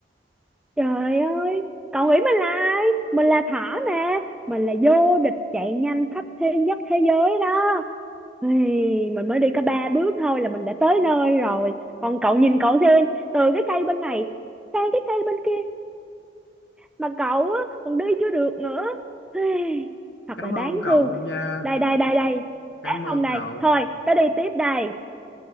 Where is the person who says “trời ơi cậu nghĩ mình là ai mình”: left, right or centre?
Centre